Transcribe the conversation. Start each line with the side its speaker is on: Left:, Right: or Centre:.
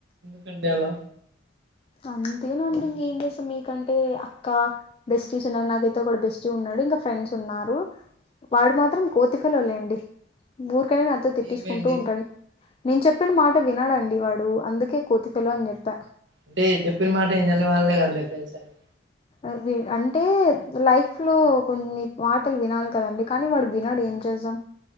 Right: పెండెల
Left: అంతేనండి ఇంకేం చేస్తాం మీకంటే అక్క బెస్ట్ చూసన్నారు నాకైతే ఒక బెస్టీ ఉన్నాడు మిగతా ఫ్రెండ్స్ ఉన్నారు వాడు మాత్రం కొతీఫెళ్ళోలేండి కానీ నాతో తిట్టించుకుంటూ
Right: ఏమి అండి
Left: ఉంటాడు నేను చెప్పిన మాట వినడండి వాడు అందుకే కోతిపిల్ల అని చెప్తన
Right: అంటే చెప్పిన మాట వినని వాళ్ళనే కదా ఫ్రెండ్స్ అంటే
Left: అవి అంటే లైఫ్ లో కొన్ని మాటలు వినాలి కదండి కానీ వాడు వినడు ఏ జేసం